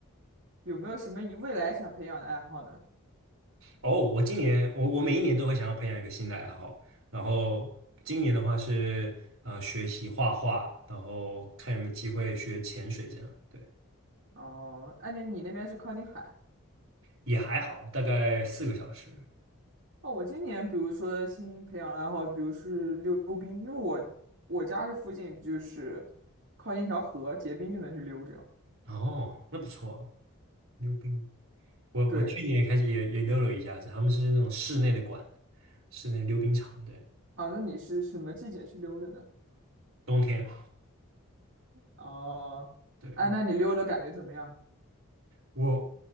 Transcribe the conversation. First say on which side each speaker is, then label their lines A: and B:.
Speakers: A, on the right; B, on the right.
A: 有没有什么以未来想培养的爱好呢？
B: 哦，我今年我我每一年都会想要培养一个新的爱好，然后今年的话是呃学习画画，然后看有没有机会学潜水这样，对，
A: 哦，安妮，你那边是靠近海。
B: 也还好，大概四个小时。
A: 哦，我今年比如说新培养爱好，比如是溜冰，因为我我家这附近就是靠近一条河，结冰就能去溜这样。
B: 哦，那不错，溜冰。我我去年也开始也也溜了一下子，
A: 对，
B: 他们是那种室内的馆，室内溜冰场，对，
A: 啊，那你是什么季节去溜的呢？
B: 冬天，
A: 哦，
B: 对。
A: 哎，那你溜的感觉怎么样？
B: 我